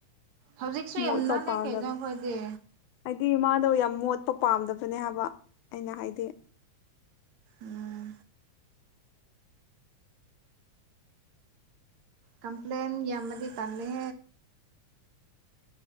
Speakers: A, on the right; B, on the left.
A: ꯍꯧꯖꯤꯛꯁꯨ
B: ꯃꯣꯠꯄ
A: ꯌꯥꯝ ꯅꯥꯜꯂꯦ
B: ꯄꯥꯝꯗꯕ
A: ꯀꯩꯅꯣꯈꯣꯏꯗꯤ
B: ꯍꯥꯏꯗꯤ ꯃꯥꯗꯣ ꯌꯥꯝ ꯃꯣꯠꯄ ꯄꯥꯝꯗꯕꯅꯦ ꯍꯥꯏꯕ ꯑꯩꯅ ꯍꯥꯏꯗꯤ
A: ꯎꯝ ꯀꯝꯄ꯭ꯂꯦꯟ ꯌꯥꯃ ꯇꯂꯦ